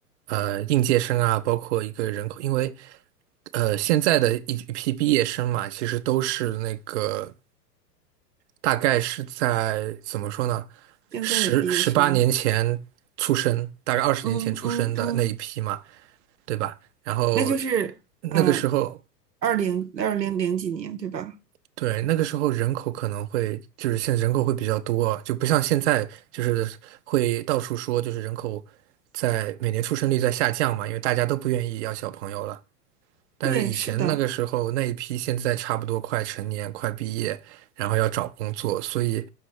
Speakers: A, on the right (about 45°); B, on the right (about 80°).
A: 呃应届生啊，包括一个人口，因为呃现在的一一批毕业生嘛，其实都是那个大概是在怎么说呢，
B: 现在的毕业生，
A: 十十八年前出生，大概二十年前出生的那一批嘛，
B: 嗯嗯嗯。
A: 对吧？然后
B: 那就是嗯，
A: 那个时候。
B: 二零二零零几年，对吧？
A: 对，那个时候人口可能会就是现在人口会比较多啊就不像现在就是会到处说就是人口在每年出生率在下降嘛，因为大家都不愿意要小朋友了。但是以前那个时候那一批，
B: 对，是的，
A: 现在差不多快成年、快毕业，然后要找工作，所以，